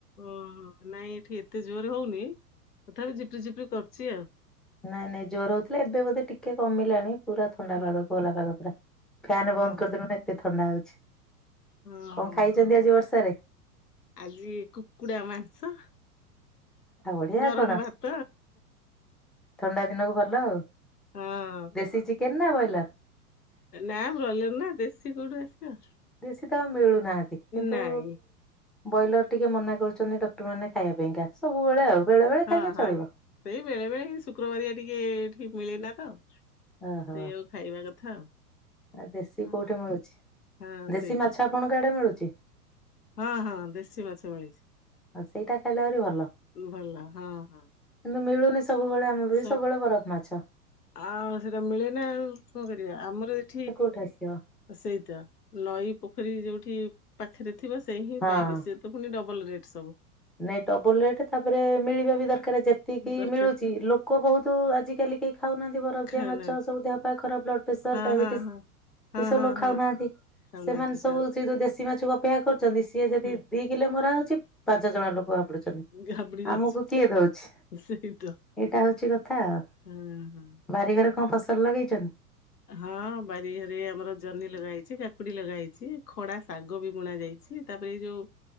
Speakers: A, on the left (about 80°); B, in the centre.
A: ଉଁ ହୁଁ ନାଇଁ ଏଠି ଏତେ ଜୋରେ ହଉନି ତଥାପି ଜିପି ଜିପି କରୁଚି ଆଉ।
B: ନାଇଁ ନାଇଁ ଦୋର ହଉଥିଲା ଏବେ ବୋଧେ ଟିକେ କମିଲାଣି ପୁରା ଥଣ୍ଡା
A: ହୁଁ
B: ପାଗ
A: ହୁଁ
B: କୋହଲାପାଗ ପୁରା। ଫ୍ୟାାନ ବନ୍ଦ
A: ଅ
B: କରିଦେଲୁ ନା ଏତେ ଥଣ୍ଡା ହଉଛି।
A: ହଁ
B: କଣ ଖାଇଛନ୍ତି ଆଜି ବର୍ଷାରେ?
A: ଆଜି କୁକୁଡ଼ା ମାଂସ
B: ଆଉ ବଡ଼ିଆ
A: ଗରମ
B: ଆଉ କଣ।
A: ଭାତ
B: ଥଣ୍ଡା ଦିନକୁ ଭଲ ଆଉ
A: ଆଉ
B: ଦେଶୀ ଚିକେନ ନା ବ୍ରଏଲର?
A: ନା ବ୍ରଏଲର ନା ଦେଶୀ କୋଉଠୁ ଆସିବ।
B: ଦେଶୀ ତ ଆଉ ମିଳୁନାହାନ୍ତି କିନ୍ତୁ
A: ନାଇଁ
B: ବ୍ରଏଲର ଟିକେ ମନା କରୁଛନ୍ତି ଡକ୍ଟର ମାନେ ଖାଇବା ପାଇଁକା ସବୁବେଳେ ଆଉ ବେଳେ ବେଳେ
A: ହଁ
B: ଖାଇଲେ
A: ହଁ
B: ଚଳିବ।
A: ସେଇ ବେଳେ ବେଳେ ଶୁକ୍ରବାରିଆ ଟିକେ ଏଠି ମିଳେ ନା ତ।
B: ଓହୋ
A: ସେଇଆକୁ ଖାଇବା କଥା ଆଉ।
B: ଆ ଦେଶୀ
A: ହଁ
B: କୋଉଠି ମିଳୁଛି
A: ହଁ
B: ଦେଶୀ
A: ସେଇଟା
B: ମାଛ ଆପଣଙ୍କ ଆଡ଼େ ମିଳୁଚି?
A: ହଁ ହଁ ଦେଶୀ ମାଛ ମିଳୁଚି।
B: ଆଉ ସେଇଟା ଖାଇଲା ଆହୁରି ଭଲ
A: ଭଲ ହଁ ହଁ।
B: କିନ୍ତୁ ମିଳୁନି ସବୁବେଳେ ମୁଁ ବି
A: ସ
B: ସବୁବେଳେ ବରଫ ମାଛ।
A: ଆଉ ସେଟା ମିଳେ ନା ଆଉ କଁ କରିବା ଆମର ଏଠି
B: ଉଠାସ <inaudible>
A: ସେଇ ତ ନଈ ପୋଖରୀ ଯୋଉଠି ପାଖରେ ଥିବ ସେ ହିଁ
B: ହଁ।
A: ପାଇବେ ସେ ପୁଣି ଡବଲ୍ ରେଟ୍ ସବୁ।
B: ନାଇଁ ଡବଲ୍ ରେଟ୍ ତାପରେ ମିଳିବା ବି ଦରକାର ଯେ ତିକି
A: ଦରକାର
B: ମିଳୁଚି ଲୋକ ବହୁତ ଆଜିକାଲି କେହି ଖାଉନାହାନ୍ତି ବରଫ
A: ଖାଉନାହାନ୍ତି
B: ଦିଆ ମାଛ ସବୁ ଦେହ ପାା ଖରାପ ବ୍ଲଡ଼ ପ୍ରେସର୍
A: ହଁ
B: ଡାଇବେଟିସ୍
A: ହଁ ହଁ। ହଁ
B: ଏସବୁ
A: ହଁ
B: ଲୋକ ଖାଉନାହାନ୍ତି
A: ହଁ ଖାଉନାହାନ୍ତି
B: ସେମାନେ ସବୁ
A: ହଁ
B: ସେ ଯୋଉ ଦେଶୀ ମାଛକୁ ଅ ପେକ୍ଷା କରିଚନ୍ତି ସିଏ ଯଦି
A: ହୁଁ
B: ଦି କିଲେ ମରା ହଉଚି ପାଞ୍ଚ ଜଣ <inaudible> ଲୋକ ହାବୁଡୁଚନ୍ତି
A: ଘାବଡି ଯାଉଛୁ
B: ଆମକୁ କିଏ ଦଉଛି
A: ସେଇତ।
B: ଏଇଟା ହଉଚି କଥା ଆଉ
A: ହଁ ହଁ।
B: ବାରିଘରେ କଁ ଫସଲ ଲଗେଇଚନ୍?
A: ହଁ ବାରିଘରେ ଆମର ଜହ୍ନି ଲଗା ହେଇଚି କାକୁଡି ଲଗା ହେଇଚି ଖଡା ଶାଗ ବି ବୁଣା ଯାଇଛି ତାପରେ ଏଇ ଯୋଉ